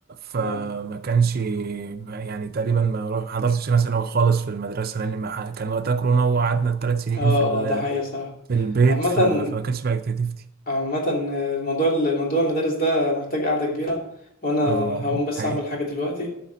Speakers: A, on the right; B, on the left.
A: فما
B: يعني
A: كانش ما- يعني تقريبا ما روح- ما حضرتش انا ثانوي خالص في المدرسه لان ما ح- كان وقتها كورونا وقعدنا الثلاث
B: <laughs>
A: سنين
B: اه
A: في ال...
B: اه ده حقيقه صراحه
A: في البيت
B: عامة
A: ف... فما كانش بقى اكتيفيتي
B: عامة آه، موضوع ال- موضوع المدارس ده محتاج قعدة كبيرة وأنا
A: اه
B: هقوم بس
A: حقيقي
B: أعمل حاجة دلوقتي